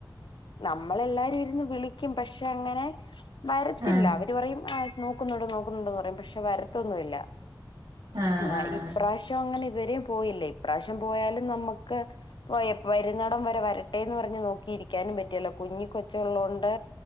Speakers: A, on the left (about 80°); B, on the right (about 80°).
A: മ്മളെല്ലാരും ഇരുന്ന് വിളിക്കും പക്ഷെ അങ്ങനെ വരത്തില്ല
B: ആഹ്
A: അവര് പറയും നോക്കുന്നുണ്ട് നോക്കുന്നുണ്ടന്ന് പറയും പ പക്ഷെ വരത്തൊന്നു ഇല്ല
B: ആഹ് ആഹ്
A: ആ പ്രാവശ്യം അങ്ങനെ വരെയും പോയില്ല ഇപ്രാവശ്യം പോയാലും നമ്മുക്ക് പോ വരുന്നടം വരെ വരട്ടെന്ന് പറഞ്ഞ് നോക്കിരിക്കാനും പറ്റിയല്ലോ കുഞ്ഞി കൊച്ച്ള്ളോണ്ട്